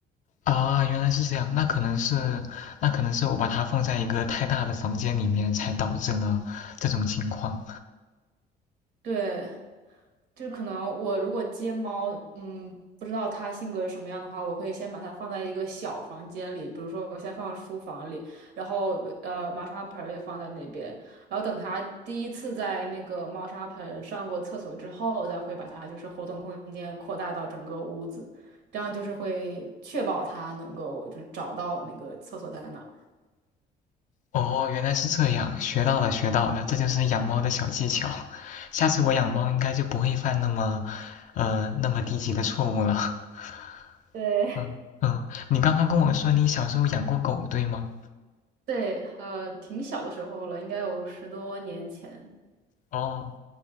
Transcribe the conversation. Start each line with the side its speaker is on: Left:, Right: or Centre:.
Left: 啊，原来是这样，那可能是，那可能是我把它放在一个太大的房间里面，才导致了这种情况。
Right: 对，就是可能我如果接猫，嗯，不知道它性格是什么样的话，我会先把它放在一个小房间里，比如说我先放书房里，然后呃猫砂盆儿也放在那边，然后等它第一次在那个猫砂盆上过厕所之后，我再会把它就是活动空间扩大到整个屋子，这样就是会确保它能够就是找到那个厕所在哪儿。
Left: 哦，原来是这样，学到了，学到了，这就是养猫的小技巧。下次我养猫应该就不会犯那么，呃，那么低级的错误了。
Right: 对，
Left: <laughs> 嗯嗯，你刚刚跟我说你小时候养过狗，对吗？
Right: <laughs> 对，呃，挺小的时候了，应该有十多年前。
Left: 哦，